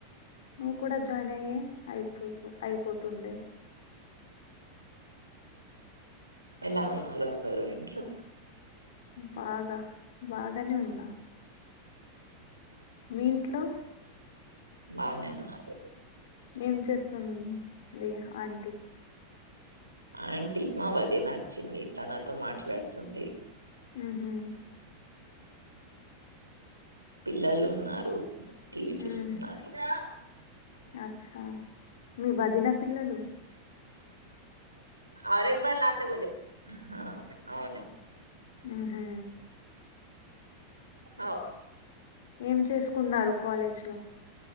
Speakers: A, on the left; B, on the right.
A: నువ్వు కూడా జాయిన్ అయ్యి అయితు అయిపోతుందే.
B: ఎలా ఉన్నారు అందరు ఇంట్లో
A: బాగా బాగానే ఉన్నా మీ ఇంట్లో
B: బానే ఉన్నారు
A: ఏం చేస్తుంద్ దియ ఆంటీ
B: ఆంటీ మా వదిన వొచ్చింది తనతో మాట్లాడుతుంది.
A: ఉ హు
B: పిల్లలు ఉన్నారు టీవీ చూస్తున్నారు
A: ఉమ్
B: సా
A: అచ్చా మీ వాదినా పిల్లలు
B: అరెబాలతే ఉంది హ హా అవును
A: ఊ హా
B: అవ్
A: ఏం చేస్కూన్నారు కాలేజ్ త్యో